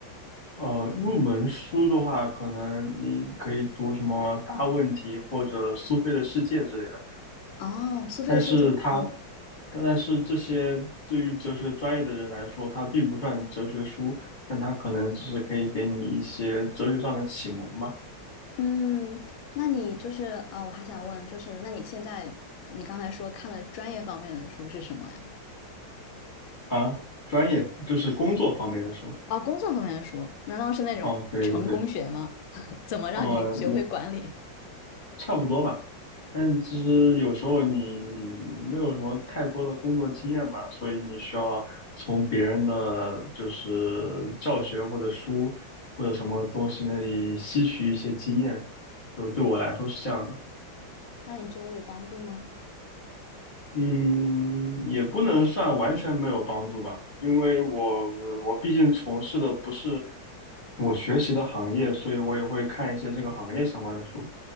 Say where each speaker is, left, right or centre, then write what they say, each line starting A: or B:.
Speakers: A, on the left; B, on the left.
A: 呃，入门书的话，可能你可以读什么《大问题》或者《苏菲的世界》之类的，
B: 哦，苏菲的世界，
A: 但是它，
B: 嗯
A: 但是这些对于哲学专业的人来说，它并不算哲学书，但它可能只是可以给你一些哲学上的启蒙吧。
B: 嗯，那你就是呃，我还想问，就是那你现在你刚才说看的专业方面的书是什么呀？
A: 啊，专业就是工作方面的书。
B: 哦，工作方面的书，难道是那种成功学吗？
A: 哦，对对对，
B: <laughs> 怎么让你学会管理？
A: 哦，差不多吧。但其实有时候你没有什么太多的工作经验嘛，所以你需要从别人的就是教学或者书或者什么东西那里吸取一些经验。就对我来说是这样的。
B: 那你觉得有帮助吗？
A: 嗯，也不能算完全没有帮助吧，因为我我毕竟从事的不是我学习的行业，所以我也会看一些这个行业相关的书，